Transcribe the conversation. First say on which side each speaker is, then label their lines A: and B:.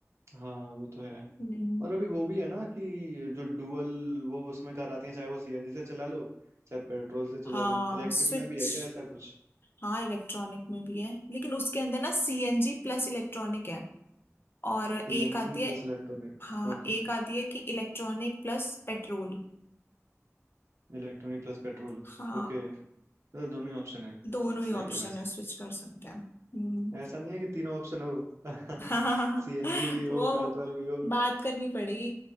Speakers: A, on the right; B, on the left.
A: हाँ वो तो है
B: हम्म
A: और अभी वो भी है ना कि जो डुअल वो उसमें कार आती है चाहे वो सीएनजी से चला लो चाहे पेट्रोल से चला
B: हाँ
A: लो इलेक्ट्रिक
B: स्विच
A: में भी है क्या ऐसा कुछ
B: हाँ इलेक्ट्रॉनिक में भी है लेकिन उसके अंदर ना सीएनजी प्लस इलेक्ट्रॉनिक है और एक
A: CNG
B: आती
A: plus
B: है
A: electronic
B: हाँ एक आती है कि इलेक्ट्रॉनिक प्लस पेट्रोल
A: Electronic plus petrol
B: हाँ
A: Okay मतलब दोनों ही ऑप्शन है
B: दोनों ही
A: सही
B: ऑप्शन
A: है वैसे
B: है स्विच कर सकते हैं हम्म
A: ऐसा नहीं है कि तीनों ऑप्शन हो <laughs>
B: <laughs>
A: सीएनजी भी हो
B: वो
A: पेट्रोल भी हो
B: बात करनी पड़ेगी